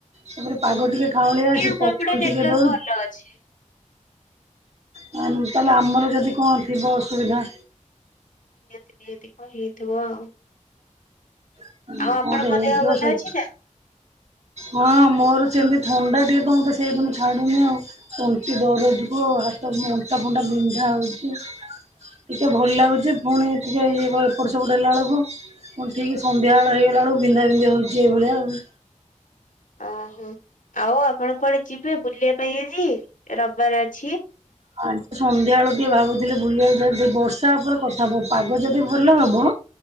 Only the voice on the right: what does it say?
ତାପରେ ପାଗ
ଟିକେ
ଖାଉଁଳିଆ ଅଛି
ପବନ
ଟିକେ ଦଉଛି
ତାହେଲେ ଆମର ଯଦି କଣ ଥିବ ଅସୁବିଧା।
କଣ
ଗୋଟେ ହେଇଥିବ
ସେଇ
ହଁ ମୋର ସେମିତି ଥଣ୍ଡା ଟିକେ ତ ମେର ତ ସେଇଦିନ ଛାଡୁନି ଆଉ ତଣ୍ଟି ଦରଜକୁ ହାତ ଅଣ୍ଟା ଫଣ୍ଡା ବିନ୍ଧା ହେଉଛି। ଟିକେ ଭଲ ଲାଗୁଛି ପୁଣି ଟିକେ ଇଏ ଏପଟ ସେପଟ ହେଲା ବେଳକୁ ହଁ ଠିକ ସନ୍ଧ୍ୟାବେଳ ହେଇଗଲା ବେଳକୁ ବିନ୍ଧାବିନ୍ଧି ହଉଛି ଏଇ ଭଳିଆ ଆଉ
ଆ ସନ୍ଧ୍ୟାବେଳେ ଟିକେ ଭାବୁଥିଲି ବୁଲିବାକୁ ଯିବା ବର୍ଷା ଉପରେ କଥା ହବ ପାଗ ଯଦି ଭଲ ହବ